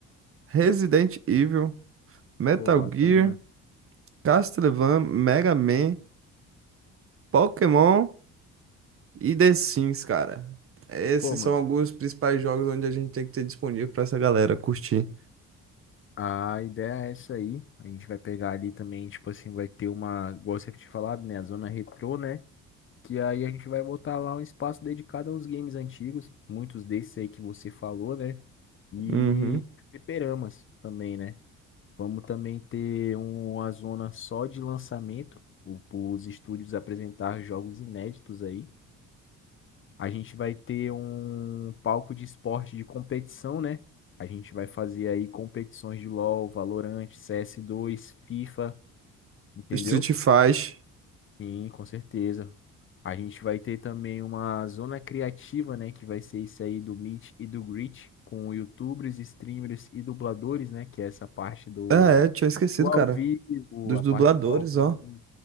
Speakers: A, on the right (about 45°); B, on the left (about 40°).
A: Resident Evil, Metal
B: Pô, bacana.
A: Gear, Castlevania, Mega Man, Pokémon e The Sims, cara. Esses
B: Pô, mano.
A: são alguns dos principais jogos onde a gente tem que ter disponível pra essa galera curtir.
B: A ideia é essa aí. A gente vai pegar ali também, tipo assim, vai ter uma, igual você tinha falado, né? A zona retrô, né? Que aí a gente vai botar lá um espaço dedicado aos games antigos, muitos desses aí que você falou, né? E
A: Uhum.
B: fliperamas também, né? Vamos também ter uma zona só de lançamento, o- os estúdios apresentar jogos inéditos aí. A gente vai ter um palco de esporte de competição, né? A gente vai fazer aí competições de LoL, Valorant, cs dois, FIFA, entendeu?
A: Street Fight.
B: Sim, com certeza. A gente vai ter também uma zona criativa, né? Que vai ser isso aí do Meet e do Greet, com YouTubers, streamers e dubladores, né? Que é essa parte do,
A: Ah, é, tinha esquecido,
B: do ao
A: cara.
B: vivo,
A: Dos
B: a
A: dubladores,
B: parte do ao vivo,
A: ó.